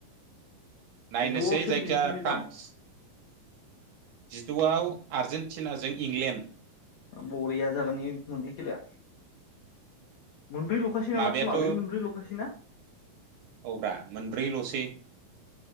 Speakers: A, on the right; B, on the left.
A: नायनोसै
B: जिद'आव सोरनि
A: जायखिया
B: सोरनि
A: फ्रान्स
B: दं
A: जिदआव आर्जेेनटिनाजों इंलेण्ड।
B: बरिया जागोन एयो मोननै खेलाया मोनब्रै लख <unintelligible>
A: माबायाथ'
B: टिमा बे मोनब्रै लखासैना?
A: औब्रा मोनब्रैलसै